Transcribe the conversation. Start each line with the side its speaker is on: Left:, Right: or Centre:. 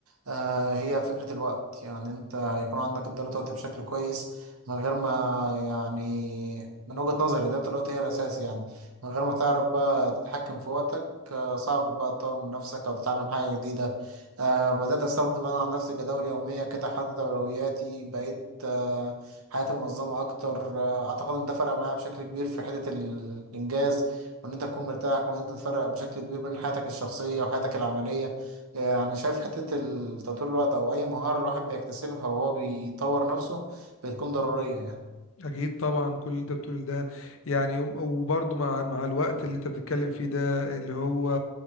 Right: آه هي فكرة الوقت يعني انت يكون عندك إدارة وقت بشكل كويس من غير ما يعني من وجهة نظري إدارة الوقت هي الأساس يعني من غير ما تعرف بقى تتحكم في وقتك صعب بقى تطور من نفسك أو تتعلم حاجة جديدة آه بدأت أستخدم أنا عن نفسي جداول يومية كده أحدد أولوياتي بقيت آه حياتي منظمة أكتر آه أعتقد إن ده فرق معايا بشكل كبير في حتة ال- الإنجاز وإن أنت تكون مرتاح وإن أنت تفرق بشكل كبير بين حياتك الشخصية وحياتك العملية آه، يعني شايف حتة ال- تطوير الوقت أو أي مهارة الواحد بيكتسبها وهو بيطور نفسه بتكون ضرورية يعني.
Left: اكيد طبعا كل اللي انت بتقول ده يعني وبرضه مع مع الوقت اللي انت بتتكلم فيه ده اللي هو